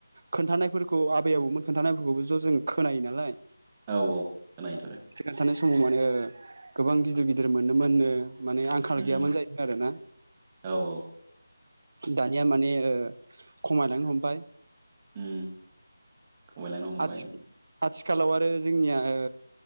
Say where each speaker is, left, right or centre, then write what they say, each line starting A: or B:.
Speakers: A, on the right (about 45°); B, on the right (about 20°).
A: खोन्थानायफोरखौ आबै आबौमोन खोन्थानायफोरखौबो ज' जों खोनायो नालाय
B: औ औ खोनायोथ' आरो।
A: <unintelligible> थानाय समाव मा होनो गोबां गिदिर गिदिर मोनोमोननो। माने आंखाल
B: उम
A: गैयामोन जाहैदों आरो ना
B: औ औ
A: दा नाया माने ओ खमायलांनो हमबाय।
B: उम खमायलांनो हमबाय
A: आथि आथिखालाव आरो जोंनिया ओ